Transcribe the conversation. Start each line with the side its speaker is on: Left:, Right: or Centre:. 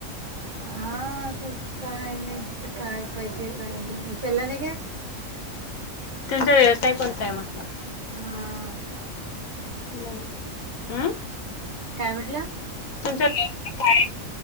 Right: हा आता काय नाही काय पाहिजे काय नाही उचलला नाही काय
Left: तुमचा व्यवसाय कोणता आहे पण?
Right: हा.
Left: नाही हम्म
Right: काय म्हटला?
Left: तुमचा व्यवसाय काय